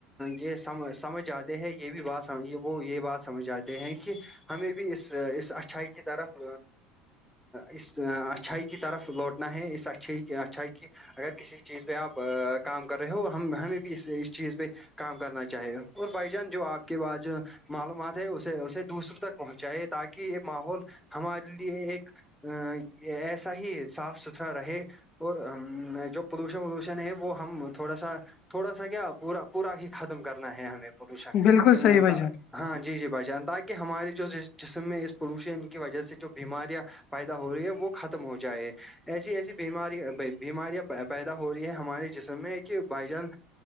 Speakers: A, in the centre; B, on the left.
A: یہ سم سمجھ جاتے ہیں یہ بھی بات وہ یہ بات سمجھ جاتے ہیں کہ ہمیں بھی اس اس اچھائی کی طرف اس اچھائی کی طرف لوٹنا ہے اس اچھائی کی اچھائی کی اگر کسی چیز پہ آپ کام کر رہے ہو ہم ہمیں بھی اس اس چیز پہ کام کرنا چاہے اور بھائی جان جو آپ کے پاس معلومات ہے اسے اسے دوسروں تک پہنچائے تاکہ یہ ماحول ہمارے لیے ایک ا ایسا ہی صاف ستھرا رہے اور جو پلوشن ولشن ہے وہ ہم تھوڑا سا تھوڑا سا کیا پورا پورا ہی ختم کرنا ہے ہمیں پدشا
B: بالکل
A: ا
B: صحیح بھائی جان
A: ہاں جی جی بھائی جان تاکہ ہمارے جو جسم میں اس پولوشن کی وجہ سے جو بیماریاں پیدا ہو رہی ہے وہ ختم ہو جائے ایسی ایسی بیماری بیماریاں پیدا ہو رہی ہیں ہمارے جسم میں ہے کہ بائی جان